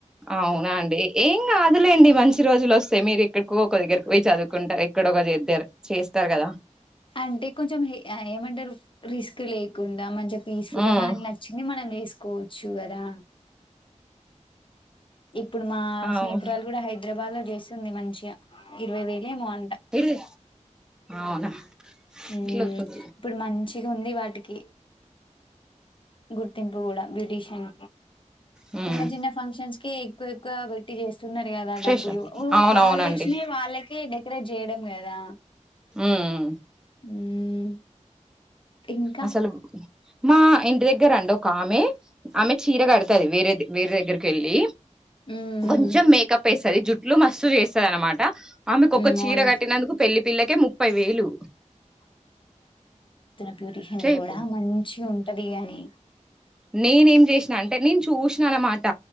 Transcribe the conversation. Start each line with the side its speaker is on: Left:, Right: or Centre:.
Centre: అవునా అండి ఏం కాద్ దులేండి మంచి రోజులు వస్తాయి మీరు ఎక్కడికో ఒక దగ్గర పోయి చదువుకుంట ఎక్కడో <unintelligible> చేస్తారు కదా
Left: అంటే కొంచెం అ ఏమన్ రిస్క్ లేకుండా మంచి పీస్ ఫుల్
Centre: హ్మ్
Left: గా మనకి నచ్చింది మనం చేసుకోవచ్చు గదా ఇప్పుడు మా
Centre: అవు
Left: స్నేహితురాలు కూడా హైదు హైదరాబాద్ జేసి స్తుంది మంచిగా ఇరవై వేలో ఏమో అంట
Centre: ఇడిది అవునా
Left: ఉ
Centre: ఇట్లొత్తది
Left: ఇప్పుడు మంచిగా ఉంది వాటికి గుర్తింపు కూడా బ్యూటీషియన్
Centre: హ్మ్
Left: చిన్న చిన్న ఫంక్షన్స్ కి ఒక్కొక్క బట్టి చేస్ న్నారు కదా
Centre: చేసాకు
Left: డబ్బులు
Centre: అవునవునండి
Left: వాళ్ళు తెచ్చినవి వాళ్ళకే డె ఇక్కడ చేయడం కదా
Centre: హ్మ్
Left: ఉమ్ ఇంకా
Centre: అసలు మా ఇంటి దగ్గర రండి ఒక ఆమె ఆమె చీర కడుతది వేరే వేరే దగ్గరకి వెళ్ళి
Left: ఉమ్
Centre: కొంచెం మేకప్ వేసది జుట్ ఇట్లు మస్తు చేస్తద అనమాట ఆమెకు
Left: ఉమ్
Centre: ఒకక్క చీర
Left: మోడల్స్
Centre: కట్టినదుకు పెళ్లి పిల్లకే ముప్పై వేలు
Left: బ్యూటిషియన్
Centre: చేయిపో
Left: కూడా మంచి ఉంటది అని
Centre: నేనే ఏం చేసినా అంటే నేను చూసిన అనమాట